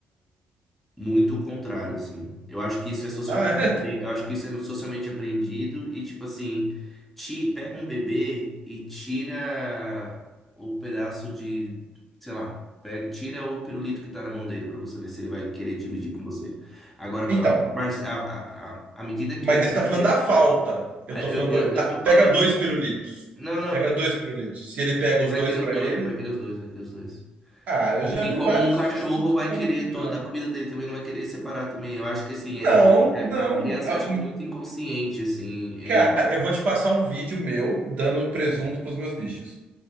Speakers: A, in the centre; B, on the right.
A: muito o contrário, assim. Eu acho que isso é socialmente,
B: Ah, <laughs> é.
A: apre- eu acho que isso é socialmente apreendido e, tipo assim, ti- pega um bebê e tira o pedaço de, sei lá, pega, tira o pirulito que tá na mão dele pra você ver se ele vai querer dividir com você. Agora, com
B: Então,
A: a, a, a, a- à medida que
B: mas
A: ele
B: aí
A: vai
B: você tá
A: querer.
B: falando da falta.
A: a-
B: Eu
A: a-
B: tô
A: Eu,
B: falando, por
A: eu,
B: exemplo,
A: eu
B: dá-
A: tô falando.
B: pega dois pirulitos.
A: Não, não.
B: Pega dois pirulitos. Se ele pega
A: Ele
B: os
A: vai
B: dois
A: querer
B: pra
A: os dois,
B: ele.
A: ele vai querer os dois, vai querer os dois.
B: Ah, eu
A: Assim
B: já vi
A: como
B: vários
A: um cachorro
B: estudos
A: vai
B: que falam
A: querer
B: que não.
A: toda a comida dele também, não vai querer separar também. Eu acho que assim,
B: Não,
A: é, o- é,
B: não.
A: a criança
B: Ah,
A: acho
B: o-
A: que muito inconsciente, assim. e-
B: Cara, eu vou te passar um vídeo meu dando presunto pros meus bichos.